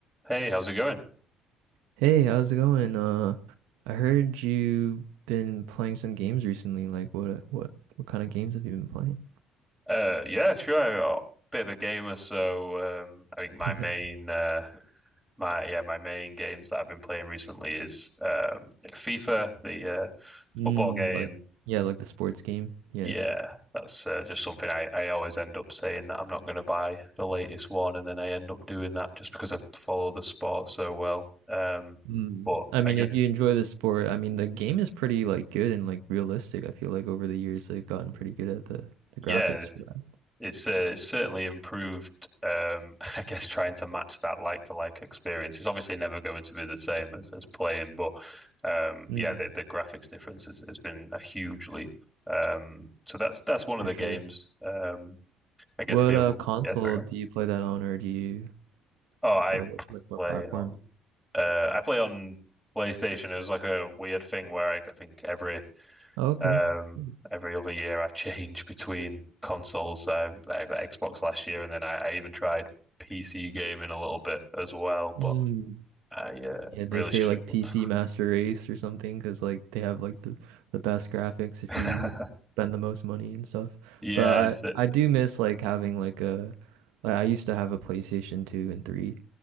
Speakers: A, in the centre; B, on the right (about 85°).
A: Hey, how's it going?
B: Hey, how's it going? Uh, I heard you been playing some games recently. Like what what what kind of games have you been playing?
A: Uh, yeah, sure. I'm a bit of a gamer, so um, I think my
B: <laughs>
A: main, uh, my yeah, my main games that I've been playing recently is um, like FIFA, the uh,
B: Mm,
A: football game.
B: like yeah, like the sports game. Yeah.
A: Yeah, that's uh, just something I, I always end up saying that I'm not going to buy the latest one, and then I end up doing that just because I follow the sport so well. Um,
B: Mm.
A: but
B: I mean,
A: I guess
B: if you enjoy the sport, I mean, the game is pretty like good and like realistic. I feel like over the years they've gotten pretty good at the the
A: yeah.
B: graphics for that.
A: It's uh, it's certainly improved. Um, <laughs> I guess trying to match that like for like experience is obviously never going to be the same as as playing, but um,
B: Mm,
A: yeah, the, the graphics difference has, has been a huge leap. Um, so that's that's one of
B: for
A: the
B: sure.
A: games. Um, I guess
B: What
A: the
B: uh
A: other
B: console
A: yeah, there you go.
B: do you play that on or do you
A: Oh, I
B: uh, what, like what
A: play
B: platform?
A: on uh, I play on PlayStation. It was like a weird thing where I, I think every
B: Oh, okay.
A: Um,
B: Cool.
A: every other year I change between consoles. So like Xbox last year, and then I, I even tried PC gaming a little bit as well,
B: Mm.
A: but I uh,
B: Yeah, they
A: really
B: say
A: struggled.
B: like PC Master Race or something because like they have like the the best graphics if
A: <laughs>
B: you like, spend the most money and stuff.
A: Yeah,
B: But
A: it's it.
B: I I do miss like having like a like I used to have a PlayStation 2 and 3,